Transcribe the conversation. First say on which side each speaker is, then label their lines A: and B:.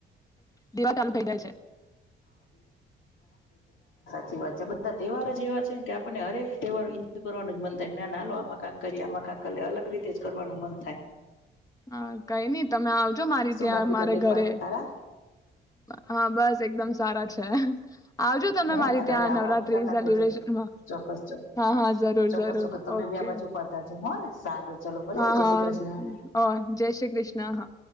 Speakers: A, on the left (about 15°); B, on the left (about 75°).
A: દીવા ચાલુ થઈ જાય છે.
B: વચ્ચે આ બધા તહેવા જ એવા છે કે આપણને હરેક તહેવારય કરવા જ મન થાય ના લો આમાં કાક કરીએ આમાં કા કરે અલગ. રીતે જ કરવાનું મન.
A: હા, કઈ નઈ તમે આવજો મારી
B: શું
A: ત્યાં
B: બાકી
A: મારે
B: તબિયત
A: ઘરે
B: પાણી સારા
A: હા બસ બસ એકદમ સારા છે. આવજો તમે
B: હે
A: મારી
B: ને હવે
A: ત્યાં
B: આવો
A: નવરાત્રી
B: મુલાકાત
A: સેલિબ્રેશનમાં
B: લેજો ચોક્કસ
A: હા હા જરૂર
B: ચોક્કસ
A: જરૂર
B: ચોક્કસ તમે
A: ઓકે.
B: બી આ બાજુ પધારજો હો ને સારું. ચલો ભલે
A: હા
B: જય
A: હા
B: શ્રી કૃષ્ણ
A: ઓ જય શ્રી કૃષ્ણ હા.